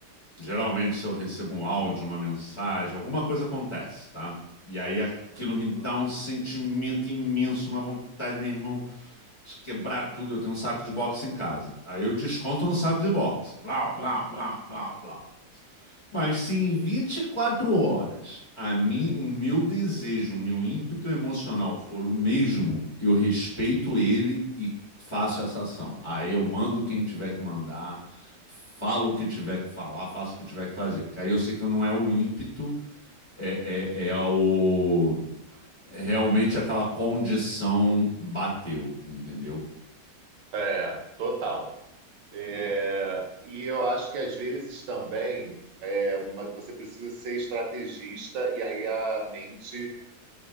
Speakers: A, on the left (about 20°); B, on the right (about 85°).
A: Geralmente, se eu recebo um áudio, uma mensagem, alguma coisa acontece, tá? E aí aquilo
B: Uhum.
A: me dá um sentimento imenso, uma vontade, meu irmão, de quebrar tudo. Eu tenho um saco de boxe em casa. Aí eu desconto no saco de boxe. Blau, blau, blau, blau, blau. Mas se em 24 horas a mim, o meu desejo, o meu ímpeto emocional for o mesmo, eu respeito ele e faço essa ação. Aí eu mando quem tiver que mandar, falo o que tiver que falar, faço o que tiver que fazer. Que aí eu sei que não é o ímpeto, é, é, é o é realmente aquela condição bateu, entendeu?
B: É, total. É, e eu acho que às vezes também é, uma- você precisa ser estrategista e aí a mente